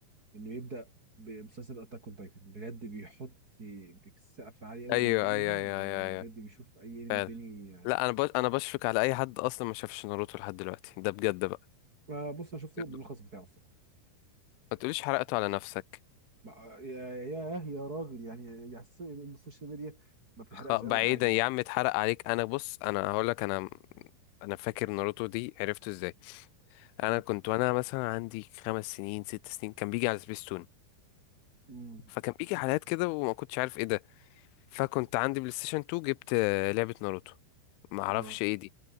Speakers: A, on the right; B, on the left.
A: انه يبدا بمسلسل اتاك اون تايتن بجد بيحط سقف عالي قوي
B: ايوه
A: ايوه للانمي
B: ايوه ايوه
A: وبجد
B: ايوه ايوه
A: بيشوف اي انمي
B: فعلا
A: تاني
B: لا انا بش... انا بشفق على اي حد اصلا ما شافش ناروتو لحد دلوقتي ده بجد بقى
A: ما بص انا شفت
B: بجد.
A: الملخص بتاعه الصراحه
B: ما تقوليش حرقته على نفسك
A: ما- يا يا يا راجل يعني يعني الس- السوشيال ميديا ما بتحرقش
B: خ... بعيدا
A: قوي حاجه يعني
B: يا
A: جدا
B: عم اتحرق عليك انا بص انا هقول لك انا انا فاكر ناروتو دي عرفته ازاي انا
A: مم.
B: كنت وانا مثلا عندي خمس سنين ست سنين كان بيجي على سبيستون
A: مم.
B: فكان بيجي حلقات كده وما كنتش عارف ايه ده فكنت عندي بلاي ستيشن 2 جبت آه، لعبة ناروتو ما اعرفش
A: اه
B: ايه دي